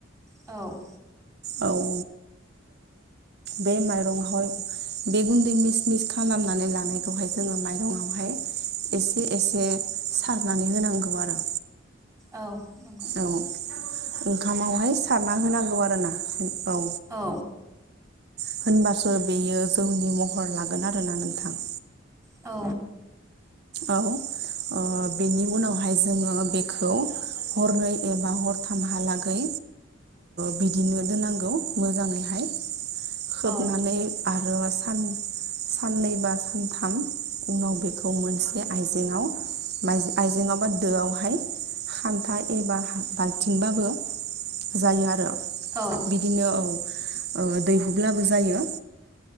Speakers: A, on the right (about 15°); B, on the right (about 55°).
A: औ
B: औओ बे माइरंआवहाय बे गुन्दै मिस मिस खालामनानै लानायखौहाय जोङो माइरंआवहाय एसे एसे सारनानै होनांगौ आरो।
A: औ नंगौ।
B: औ ओंखामावहाय सारना होनांगौ आरोना औ।
A: औ।
B: होनबासो बेयो जौनि महर लागोन आरोोना नोंथां
A: औ
B: औ बेनि उनावहाय जोङो बेखौ हरै एबा हरथामहालागै बिदिनो दोननांगौ मोजाङैहाय खोबनानै
A: औ
B: आरो सान साननै बा सानथाम उनाव बेखौ मोनसे आइजेेंआव माइज आइजेंआव बा दोआवहाय खान्था एबा बाल्थिंबाबो जायो आरो।
A: औ।
B: बिदिनो औ दैहुब्लाबो जायो